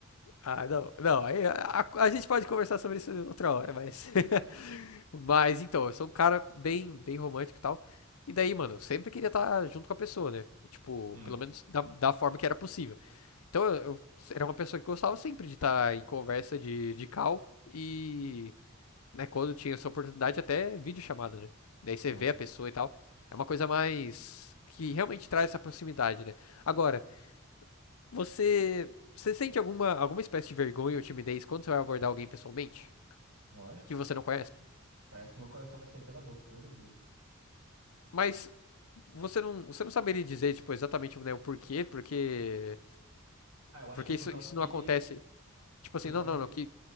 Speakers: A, on the left; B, on the right.
A: Ah, não, não, aí a, a- a gente pode conversar sobre isso outra hora, mas. <laughs> Mas então, eu sou um cara bem, bem romântico e tal. E daí, mano, eu sempre queria estar junto com a pessoa, né? Tipo,
B: Hum,
A: pelo menos da, da forma que era possível. Então eu, eu era uma pessoa que gostava sempre de estar em conversa de, de call e, né, quando tinha essa oportunidade, até videochamada, né? Daí você
B: é.
A: vê a pessoa e tal. É uma coisa mais que realmente traz essa proximidade, né? Agora, você, você sente alguma, alguma espécie de vergonha ou timidez quando você vai abordar alguém pessoalmente
B: Lógico.
A: que você não conhece?
B: Parece que meu coração vai sair pela boca todas as vezes.
A: Mas você não, você não saberia dizer, tipo, exatamente, né, o porquê, porque,
B: Ah, eu acho
A: porque
B: que é por
A: isso,
B: causa
A: isso
B: que.
A: não acontece. Tipo assim,
B: Por causa
A: não, não,
B: que.
A: não, que,